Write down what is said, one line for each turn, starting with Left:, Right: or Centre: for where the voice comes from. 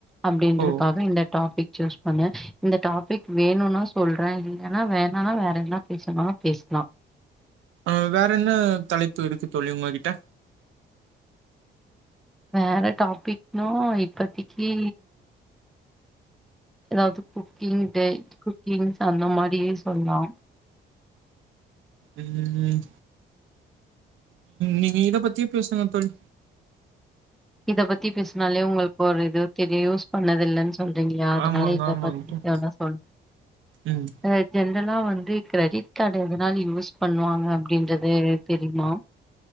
Centre: அப்டின்றதுக்காக
Right: ஓ
Centre: இந்த டாபிக் சூஸ் பண்ணு இந்த டாபிக் வேணும்னா சொல்றே இல்லன்னா வேணானா வேற என்னா பேசலா பேசலா
Right: அ வேற என்ன தலைப்பு இருக்கு தோழி உங்ககிட்ட
Centre: வேற டாபிக்னு இப் இப்பத்திக்கி எதாவது குக்கிங்ன்டு குக்கிங் அந்த மாரியே சொல்லலாம்
Right: உம் நீ இத பத்திய பேசுங்கத் தோழி
Centre: இத பத்தி பேசுனாலே உங்களுக்கு ஒரு இது தெரியு பண்ணதில்லனு சொ சொல்றீங்களா அதனால
Right: ஆமாங்க
Centre: இத
Right: ஆமாங்க
Centre: பத்தி
Right: தோழி
Centre: தான சொல்றே
Right: ம்
Centre: <unintelligible> இதல்லா வந் க்ரி ஃக்ரெடிட் கார்டு எதனாலு யூஸ் பண்ணுவாங்க அப்டின்றது தெரியுமா